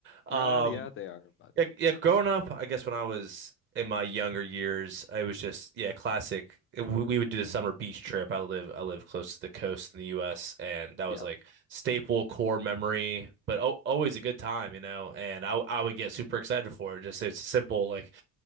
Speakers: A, on the right (about 25°); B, on the left (about 30°).
A: Um,
B: Yeah, yeah, they are, but
A: yeah, yeah, growing up, I guess when I was in my younger years, I was just yeah, classic. We, we would do the summer beach trip. I live I live close to the coast in the U.S. and that was
B: yeah,
A: like staple core memory, but o always a good time, you know. And I I would get super excited for it. Just it's simple, like